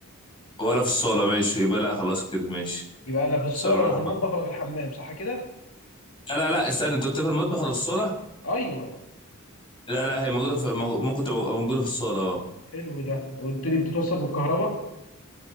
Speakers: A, on the left; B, on the left.
A: ولا في الصالة ماشي يبقى لا خلاص كده ماشي
B: يبقى لا في الصالة
A: صرح
B: ولا في المطبخ ولا في الحمام صح كده
A: لا لا لا استنى انت قلت في المطبخ ولا في الصاله
B: ايوه
A: لا لا هي موجوده في مو- ممكن تبقى موجوده في الصاله اه
B: حلو ده قلت لي بتتوصل بالكهرباء